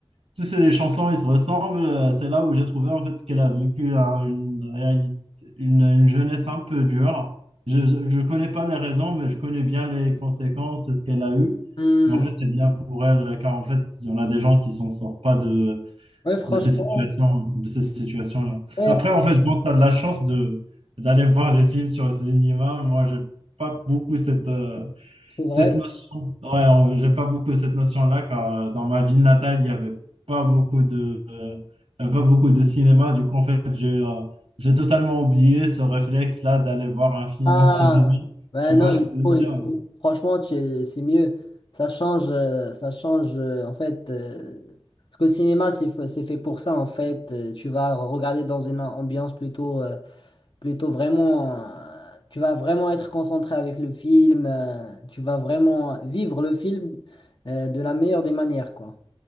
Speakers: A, on the right; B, on the left.
A: si c'est des chansons, ils se ressemblent. euh, C'est là où j'ai trouvé en fait qu'elle a vécu un- une réalité, une, une jeunesse un peu dure. Je ne connais pas les raisons, mais je connais bien les conséquences et ce qu'elle a eu.
B: hmm,
A: Mais en fait, c'est bien pour elle, car en fait, il y en a des gens qui s'en sortent pas de,
B: ouais, franchement,
A: de ces situations, de ces situations-là.
B: ouais,
A: Après,
B: fr-
A: en fait, je pense que tu as de la chance de, d'aller voir des films sur le cinéma. Moi, j'ai pas beaucoup cette, euh,
B: c'est vrai.
A: cette notion, ouais, on- j'ai pas beaucoup cette notion-là, car euh, dans ma ville natale, il y avait pas beaucoup de, euh, il y avait pas beaucoup de cinéma. Du coup, en fait, j'ai euh, j'ai totalement oublié ce réflexe-là d'aller voir un film
B: Ah,
A: au cinéma.
B: ben
A: Tu vois
B: non,
A: ce
B: il
A: que je veux
B: faut,
A: dire?
B: il faut. Franchement, tu- c'est mieux. Ça change, euh, ça change, euh, en fait. euh, parce que le cinéma, c'est fa- c'est fait pour ça, en fait. Euh, tu vas regarder dans une ambiance plutôt, euh, plutôt vraiment. euh, tu vas vraiment être concentré avec le film. euh, tu vas vraiment vivre le film, euh, de la meilleure des manières, quoi.